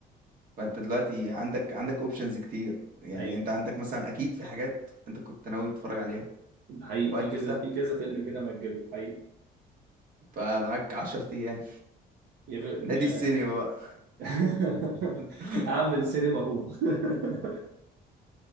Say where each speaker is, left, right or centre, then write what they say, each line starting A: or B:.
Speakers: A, on the right; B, on the right.
A: فانت دلوقتي عندك عندك اوبشنز كتير يعني
B: حقيقي
A: انت عندك مثلا اكيد في حاجات انت كنت ناوي تتفرج عليها
B: ده حقيقي
A: واجلتها
B: في كذا في كذا فيلم كده مأجله حقيقي
A: فمعاك عشر ايام
B: يا ب...
A: نادي
B: يا
A: السينما بقى
B: <laughs>
A: <laughs>
B: هعمل سينما هوم <laughs>